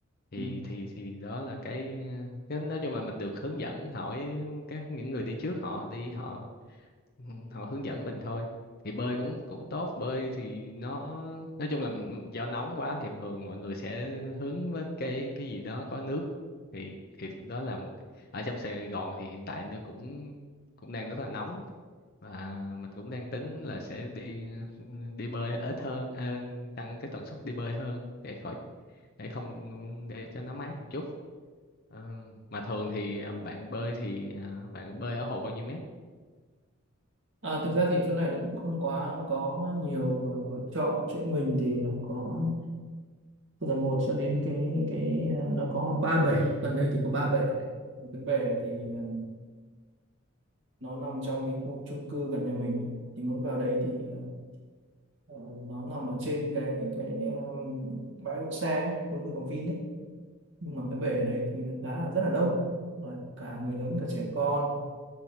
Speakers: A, on the left; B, on the right.
A: thì
B: Ừ.
A: thì thì đó là cái cái- nói chung là mình được hướng dẫn hỏi các những người đi trước họ đi họ Ừ, họ hướng dẫn mình thôi thì bơi cũng cũng tốt bơi thì nó nói chung là do nóng quá thì thường mọi người sẽ hướng đến cái cái gì đó có nước thì thì đó là một ở trong Sài Gòn thì hiện tại nó cũng cũng đang rất là nóng và mình cũng đang tính là sẽ đi đi bơi ít hơn ờ, tăng cái tần suất đi bơi hơn để khỏi để không để cho nó mát một chút Ờ, mà thường thì bạn bơi thì ờ, bạn bơi ở hồ bao nhiêu mét
B: À, thực ra thì chỗ này nó cũng không quá có nhiều ờ, lựa chọn chỗ mình thì nó có từ là một cho đến cái cái ờ, nó có ba bể gần đây thì có ba bể một cái bể thì ờ, nó nằm trong cái khu chung cư gần nhà mình thì muốn vào đấy thì ờ, ờ, nó nằm ở trên cái cái ờ, bãi đỗ xe ấy, chung cư của Vin ấy nhưng mà cái bể ở đấy thì nó khá là rất là đông Đấy, cả người lớn cả trẻ con